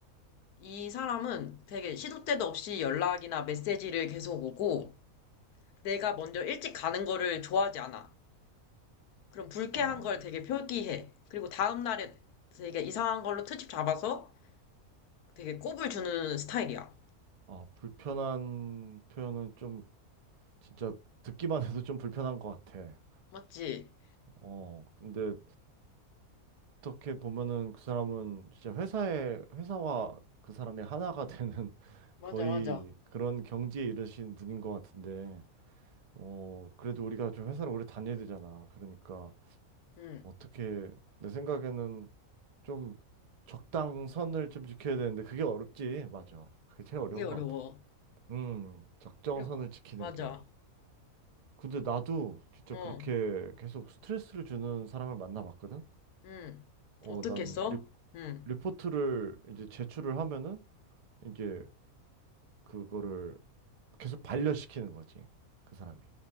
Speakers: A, on the left; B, on the right.
A: 이 사람은 되게 시도 때도 없이 연락이나 메시지를 계속 오고 내가 먼저 일찍 가는 거를 좋아하지 않아. 그럼 불쾌한
B: 아,
A: 걸 되게 표기해. 그리고 다음 날에 되게 이상한 걸로 트집 잡아서 되게 꼽을 주는 스타일이야.
B: 아, 불편한 표현은 좀 진짜 듣기만 해도 좀 불편한 것 같아.
A: 맞지?
B: 어, 근데 어떻게 보면은 그 사람은 진짜 회사에, 회사와 그 사람이 하나가 되는 <laughs>
A: 맞아,
B: 거의
A: 맞아.
B: 그런 경지에 이르신 분인 것 같은데, 어, 그래도 우리가 좀 회사를 오래 다녀야 되잖아. 그러니까
A: 응.
B: 어떻게 내 생각에는 좀 적당선을 좀 지켜야 되는데 그게 어렵지. 맞아. 그게 제일 어려운
A: 그게 어려워.
B: 것 같아. 음, 적정선을
A: 그리고,
B: 지키는
A: 맞아.
B: 게. 근데 나도 진짜
A: 어,
B: 그렇게 계속 스트레스를 주는 사람을 만나봤거든.
A: 응.
B: 어,
A: 어떻게
B: 난
A: 했어?
B: 리,
A: 응.
B: 리포트를 이제 제출을 하면은 이제 그거를 계속 반려시키는 거지. 그 사람이.